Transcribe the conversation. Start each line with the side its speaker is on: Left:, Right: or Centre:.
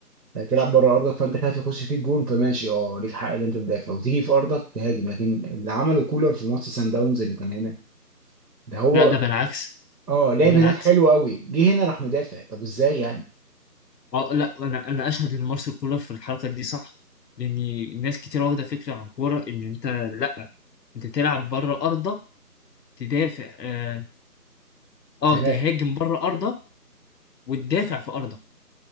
Right: آه، تلعب بره ارضك فانت خايف يخش فيك جون فماشي اه ليك حق ان انت تدافع وتيجي في ارضك تهاجم لكن اللي عمله كولر في ماتش سان داونز اللي كان هنا ده هو
Left: لا ده بالعكس
Right: اه لعب
Left: ده بالعكس
Right: هناك حلو قوي جه هنا راح مدافع طب ازاي يعني
Left: اه لا انا انا اشهد ان مارسيل كولر في الحركه دي صح لان ناس كتير واخده فكره عن الكوره ان انت لا انت تلعب بره ارضك تدافع اه آه،
Right: ده-
Left: تهاجم بره ارضك وتدافع في ارضك